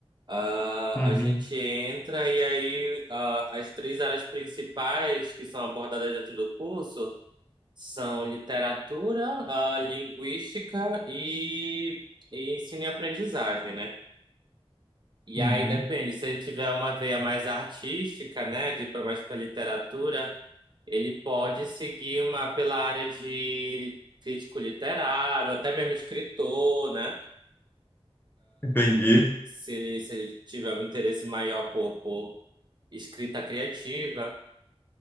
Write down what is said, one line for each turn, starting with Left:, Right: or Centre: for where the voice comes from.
Right: Ah,
Left: Uhum,
Right: a gente entra e aí ah, as três áreas principais que são abordadas dentro do curso. São literatura, ah, linguística e, e ensino e aprendizagem, né? E
Left: uhum.
Right: aí depende, se ele tiver uma veia mais artística, né, de ir pra- mais para literatura, ele pode seguir uma pela área de crítico literário, até mesmo escritor, né?
Left: Entendi.
Right: Se ele, se ele tiver um interesse maior por, por escrita criativa.